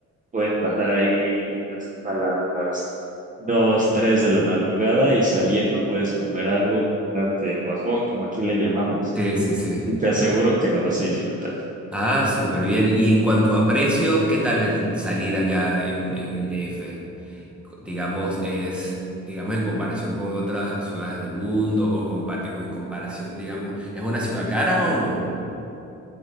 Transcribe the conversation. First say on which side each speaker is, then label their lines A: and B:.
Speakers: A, on the right (about 25°); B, in the centre.
A: puedes pasar ahí a las 2 3 de la madrugada y saliendo puedes comer algo, darte el bajón, como aquí le llamamos,
B: Sí, sí, sí.
A: y te aseguro que lo vas a disfrutar.
B: Ah, súper bien. Y en cuanto a precios, ¿qué tal el salir allá en, en el DF? digamos, es, digamos, en comparación con otras ciudades del mundo o compa- en en comparación, digamos, ¿es una ciudad cara o no?